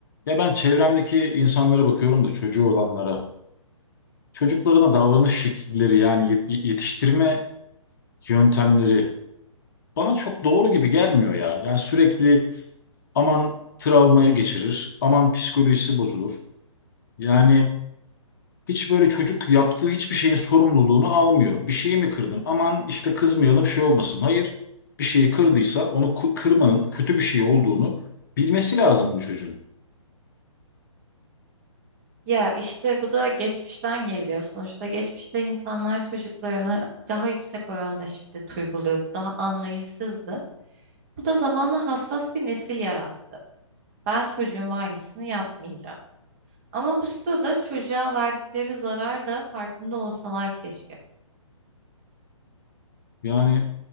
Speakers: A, on the left; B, on the right.
A: Ya ben çevremdeki insanlara bakıyorum da çocuğu olanlara. Çocuklarına davranış şekilleri yani yet- yetiştirme yöntemleri bana çok doğru gibi gelmiyor ya. Yani sürekli aman travmayı geçirir, aman psikolojisi bozulur. Yani hiç böyle çocuk yaptığı hiçbir şeyin sorumluluğunu almıyor. Bir şeyi mi kırdın? Aman işte kızmayalım şey olmasın. Hayır, bir şeyi kırdıysa onu ku- kırmanın kötü bir şey olduğunu bilmesi lazım bu çocuğun.
B: Ya işte bu da geçmişten geliyor. Sonuçta geçmişte insanlar çocuklarına daha yüksek oranda şiddet uyguluyordu. Daha anlayışsızdı. Bu da zamanla hassas bir nesil yarattı. Ben çocuğuma aynısını yapmayacağım. Ama bu sırada çocuğa verdikleri zarar da farkında olsalar keşke.
A: Yani